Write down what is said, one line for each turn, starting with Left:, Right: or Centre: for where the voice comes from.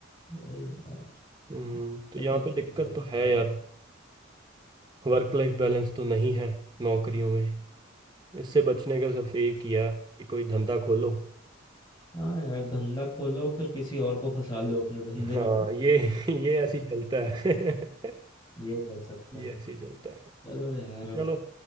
Left: वही यार
Right: हम्म, तो
Left: पते
Right: यहाँ
Left: तो
Right: पे दिक्कत
Left: बहुत
Right: तो है यार
Left: है।
Right: वर्क लाइफ बैलेंस तो नहीं है नौकरियों में इससे बचने का सिर्फ एक ही है कि कोई धंधा खोलो
Left: हाँ यार धंधा खोलो फिर किसी और को फंसा लो अपने धंधे
Right: हाँ
Left: में <laughs>
Right: ये ये ऐसे ही चलता है <laughs>
Left: ये कर सकते
Right: ये
Left: हैं
Right: ऐसे ही चलता है
Left: चलो यार अब
Right: चलो